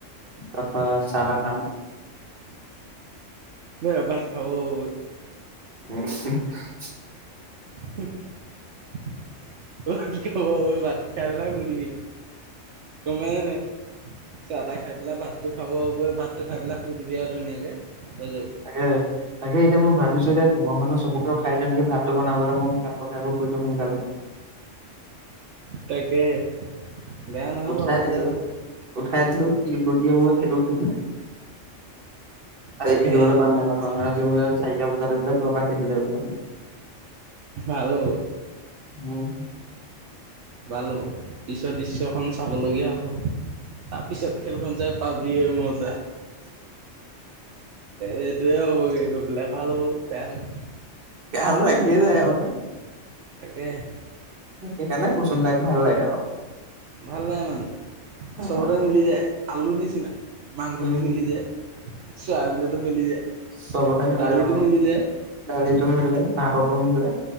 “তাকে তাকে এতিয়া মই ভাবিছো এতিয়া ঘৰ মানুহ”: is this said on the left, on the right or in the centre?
Right